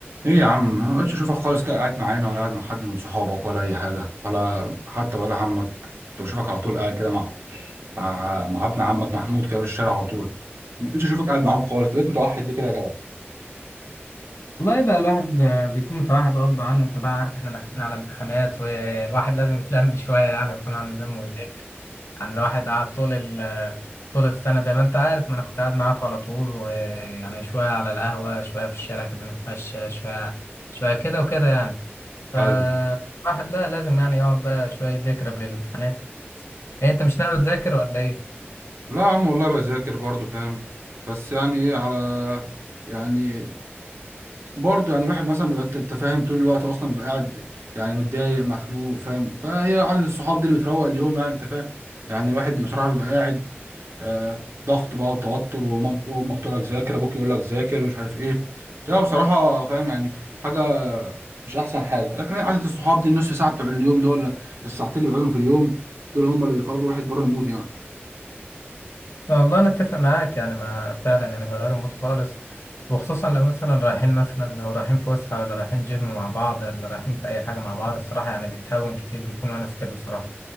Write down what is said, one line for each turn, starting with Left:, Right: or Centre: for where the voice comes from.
Right: ايه يا عم ما بقتش اشوفك خالص كده قاعد معانا ولا قاعد مع حد من صحابك ولا اي حاجه ولا حتى ولاد عمك كنت بشوفك على طول قاعد كده مع مع مع ابن عمك محمود كده في الشارع على طول ما بقتش اشوفك قاعد معاهم خالص طب بقيت متوحد ليه كده يا جدع
Left: والله بقى الواحد آه، بيكون متوحد غصب عنه انت بقى عارف احنا داخلين على امتحانات والواحد لازم يتلم شوية يعني ويكون عنده دم ويذاكر يعني الواحد قعد طول ال طول السنة زي ما انت عارف ما انا كنت قاعد معاك على طول ويعني شوية على القهوة شوية في الشارع كده نتمشى شوية شوية كده وكده يعني فالواحد
Right: ايوه
Left: لا لازم يعني يقعد بقى شوية يذاكر قبل الامتحانات ايه انت مش ناوي تذاكر ولا ايه؟
Right: لا يا عم والله بذاكر برضو فاهم بس يعني ايه على يعني برضه يعني الواحد مثلا بيبقى انت فاهم طول الوقت اصلا بيبقى قاعد يعني متضايق مخنوق فاهم فهي عدد الصحاب دي اللي بتروق اليوم يعني انت فاهم يعني الواحد بصراحه بيبقى قاعد آه ضغط بقى وتوتر ومامت- وامك تقول لك ذاكر ابوك يقول لك ذاكر ومش عارف ايه بتبقى بصراحه فاهم يعني حاجه مش احسن حاجه لكن هي عدد الصحاب دي النص ساعه بتوع اليوم دول ولا الساعتين اللي بيقعدهم في اليوم دول هم اللي بيخرجوا الواحد بره المود يعني
Left: والله انا اتفق معاك يعني ما فعلا يعني بيغيروا المود خالص وخصوصا لو مثلا رايحين مثلا لو رايحين فسحه ولا رايحين جيم مع بعض ولا رايحين في اي حاجه مع بعض الصراحه يعني بيتهون كتير بيكون ونس حلو صراحه